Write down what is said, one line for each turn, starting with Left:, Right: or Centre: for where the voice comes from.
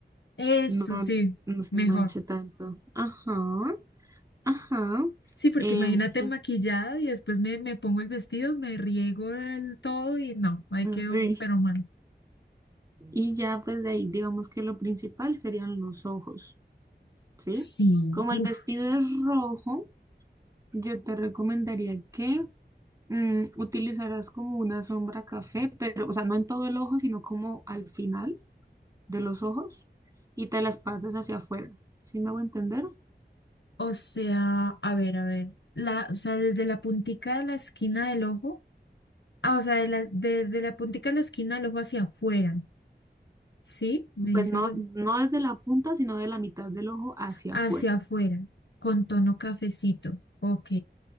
Left: Eso
Right: no,
Left: sí,
Right: no se
Left: mejor.
Right: manche tanto. Ajá. Ajá,
Left: Sí, porque
Right: em,
Left: imagínate
Right: que-
Left: maquillada y después me, me pongo el vestido, me riego el todo y no, ahí
Right: sí,
Left: quedo, pero mal.
Right: y ya pues de ahí digamos que lo principal serían los ojos, ¿sí?
Left: Sí,
Right: Como
Left: uff.
Right: el vestido es rojo, yo te recomendaría que mm, utilizaras como una sombra café, pero, o sea, no en todo el ojo, sino como al final de los ojos y te las pasas hacia afuera, ¿sí me hago entender?
Left: O sea, a ver, a ver. La, o sea, desde la puntica de la esquina del ojo. Ah, o sea, de la, desde la puntica de la esquina del ojo hacia afuera. ¿Sí? Me dices
Right: Pues no,
Left: así.
Right: no desde la punta, sino de la mitad del ojo hacia
Left: Hacia
Right: afuera.
Left: afuera, con tono cafecito. Ok.